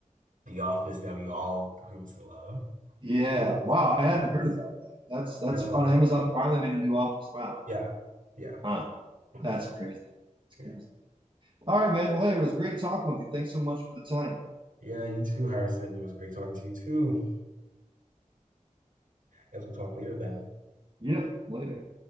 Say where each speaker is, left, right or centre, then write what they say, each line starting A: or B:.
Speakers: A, on the right (about 75°); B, on the right (about 35°).
A: The Office that we all grew to love.
B: yeah.
A: Like it's
B: Wow,
A: it's,
B: I
A: it's
B: hadn't
A: nuts.
B: heard about that. That's that's
A: I know.
B: on Amazon Prime. They made a new Office. Wow.
A: Yeah. Yeah.
B: Huh.
A: That's
B: That's
A: nice.
B: crazy. That's
A: Yeah.
B: crazy. All right, man. Well, hey, it was great talking with you. Thanks so much for the time.
A: Yeah, you too, Harrison. It was great talking to you too. Guess we'll talk later then.
B: Yep. Later.